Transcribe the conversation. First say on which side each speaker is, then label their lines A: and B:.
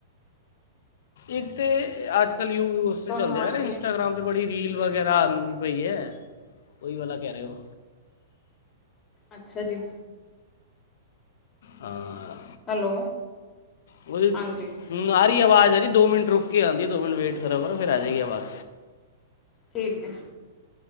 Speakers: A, on the left; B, on the left.
A: ਇੱਕ ਤੇ ਅੱਜ ਕਾਲ <unintelligible>
B: ਤੁਹਾਨੂੰ
A: ਤੇ ਚੱਲਦੇ ਯਾਰ
B: ਆਈਡੀਆ
A: ਇੰਟਾਗ੍ਰਾਮ ਤੇ ਬੜੀ ਰੀਲ ਵਗੈਰਾ ਆਦੀ ਪਈ ਐ ਓਹੀ ਵਾਲਾ ਕਹਿ ਰੇ ਓ
B: ਅੱਛਾ ਜੀ।
A: ਹਾਂ
B: ਹੈਲੋ
A: ਉਹਦੀ
B: ਹਾਂਜੀ।
A: ਹੁਣ ਆ ਰਹੀ ਆਵਾਜ਼ ਆਰੀ ਦੋ ਮਿੰਟ ਰੁੱਕ ਕੇ ਆਂਦੀ ਐ ਦੋ ਮਿੰਟ ਵੇਟ ਕਰਾ ਕਰੋ ਫੇਰ ਅਜੇਗੀ ਆਵਾਜ
B: ਠੀਕ ਐ